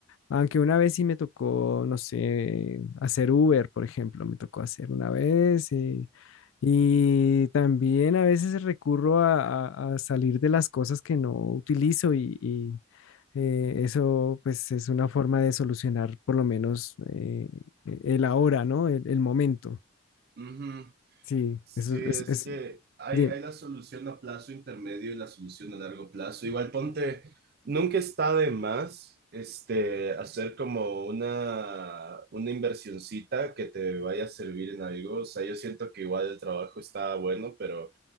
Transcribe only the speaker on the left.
aunque una vez sí me tocó, no sé, hacer Uber, por ejemplo, me tocó hacer una vez eh, y también a veces recurro a, a- a salir de las cosas que no utilizo y, y, eh, eso pues es una forma de solucionar por lo menos eh, el ahora, ¿no? el el momento.
Sí,
eso
es, es,
dime,